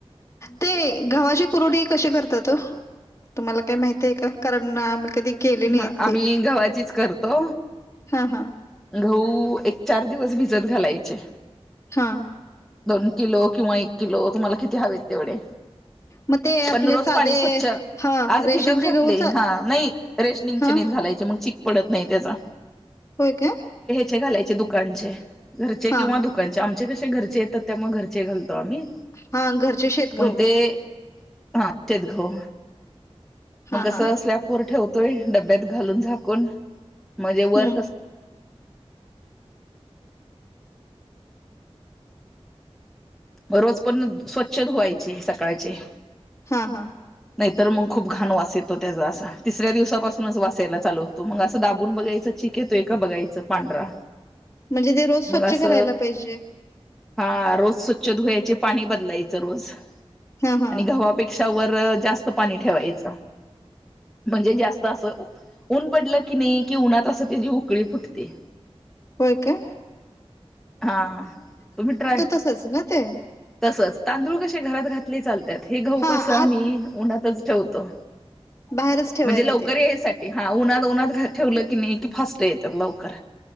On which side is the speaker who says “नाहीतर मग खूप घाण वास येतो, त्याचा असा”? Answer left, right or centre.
Centre